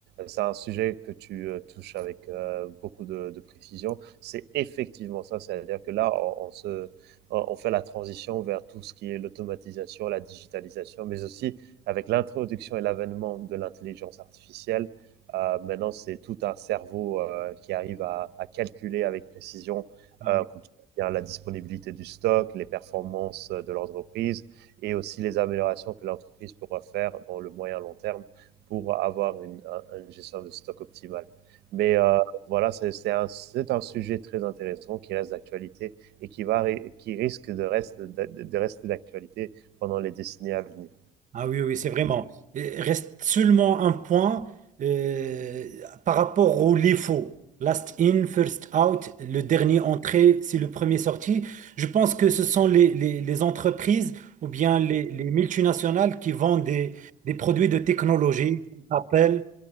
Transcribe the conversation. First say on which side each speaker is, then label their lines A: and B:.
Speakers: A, on the right (about 75°); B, on the right (about 50°).
A: c'est un sujet que tu, heu, touches avec, heu, beaucoup de de précision. C'est effectivement ça. C'est-à-dire que là, on on se on on fait la transition vers tout ce qui est l'automatisation, la digitalisation, mais aussi avec l'introduction et l'avènement de l'intelligence artificielle, heu, maintenant, c'est tout un cerveau, heu, qui arrive à à calculer avec précision,
B: Ah
A: heu,
B: oui.
A: comme tu l'as dit, hein, la disponibilité du stock, les performances euh, de l'entreprise, et aussi les améliorations que l'entreprise pourra faire dans le moyen long terme pour avoir une, une gestion de stock optimale. Mais euh, voilà, c'est un, un, sujet très intéressant qui reste d'actualité et qui, va, qui risque de, reste, de, de rester d'actualité pendant les décennies à venir.
B: Ah oui, oui, c'est vraiment. Euh, Reste seulement un point euh, par rapport au LIFO. Last in, first out, le dernier entré, c'est le premier sorti. Je pense que ce sont les, les- les entreprises ou bien les, les multinationales qui vendent des, des produits de technologie, comme Apple,